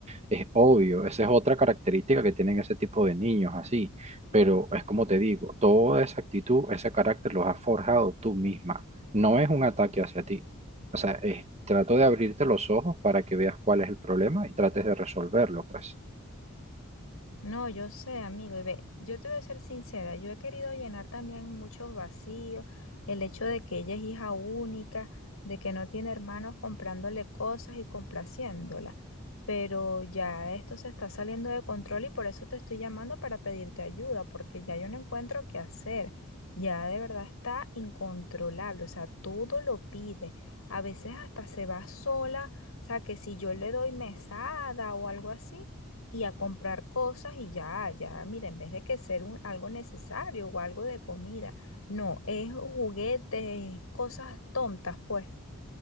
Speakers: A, on the right; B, on the left.
A: Es obvio, esa es otra característica que tienen ese tipo de niños así, pero es como te digo, toda esa actitud, ese carácter los has forjado tú misma, no es un ataque hacia ti. O sea, es- trato de abrirte los ojos para que veas cuál es el problema y trates de resolverlo, pues.
B: No, yo sé, amigo, y ve, yo te voy a ser sincera, yo he querido llenar también muchos vacíos, el hecho de que ella es hija única, de que no tiene hermanos comprándole cosas y complaciéndola, pero ya esto se está saliendo de control y por eso te estoy llamando para pedirte ayuda, porque ya yo no encuentro qué hacer, ya de verdad está incontrolable, o sea, todo lo pide, a veces hasta se va sola, o sea, que si yo le doy mesada o algo así y a comprar cosas y ya, ya, mira, en vez de que ser un- algo necesario o algo de comida, no, es juguetes, cosas tontas, pues.